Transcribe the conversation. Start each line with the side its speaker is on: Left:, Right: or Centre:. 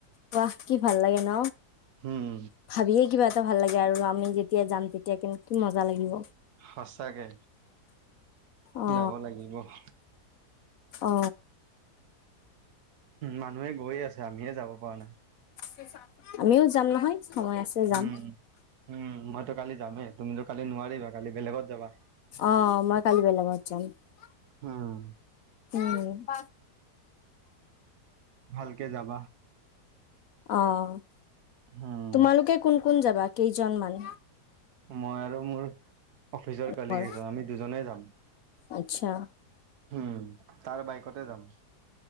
Left: বাহ কি ভাল লাগে ন?
Right: উম,
Left: ভাবিয়ে কিবা এটা ভাল লাগে আৰু আমি যেতিয়া যাম, তেতিয়া কিন্ত কি মজা লাগিব।
Right: সচাকে,
Left: অ
Right: যাব লাগিব। মান
Left: অ
Right: মানুহে গৈয়ে আছে আমিয়ে যাব পৰা নাই
Left: <unintelligible> আমিও যাম নহয় সময় আছে যাম
Right: উম উম মইতো কালি যামেই তুমিতো কালি নোৱাৰিবা কালি বেলেগত যাবা <inaudible>
Left: অ মই কালি <unintelligible>
Right: উম!
Left: উম <unintelligible>
Right: ভালকে যাবা
Left: অ'
Right: উম,
Left: তোমালোকে কোন কোন যাবা কেইজন মান
Right: মই আৰু মোৰ অফিচৰ
Left: লগৰ
Right: কালিগ এজন আমি দুজনে যাম
Left: আচ্ছা
Right: উ <inaudible> তাৰ বাইকতে যাম